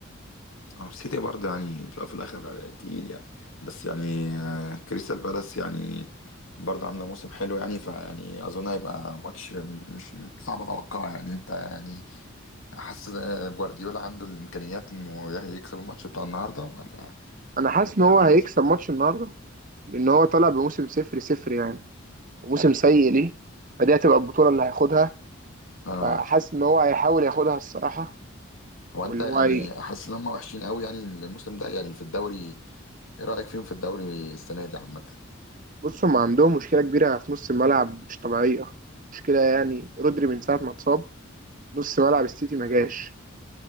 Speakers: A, on the left; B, on the right.
A: اه السيتي برضه يعني في الأول وفي الاخر تقيل يعني بس يعني آه، كريستال بالاس يعني برضه عامله موسم حلو يعني فيعني اظن هيبقى ماتش مش صعب اتوقعه يعني انت يعني حاسس آه، جوارديولا عنده الامكانيات انه يكسب الماتش بتاع النهارده ولا
B: انا حاسس ان
A: ولا
B: هو هيكسب ماتش النهارده لان هو طالع بموسم صفر صفر يعني وموسم سيء ليه فدي هتبقى البطوله اللي هياخدها
A: آه
B: فحاسس ان هو هيحاول ياخدها الصراحه
A: هو
B: واللي
A: انت يعني
B: هو هي...
A: حاسس ان هم وحشين قوي يعني الموسم ده يعني في الدوري ايه رأيك فيهم في الدوري السنة دي عامة
B: بص هم عندهم مشكله كبيره في نص الملعب مش طبيعيه مشكله يعني رودري من ساعه ما اتصاب نص ملعب السيتي ما جاش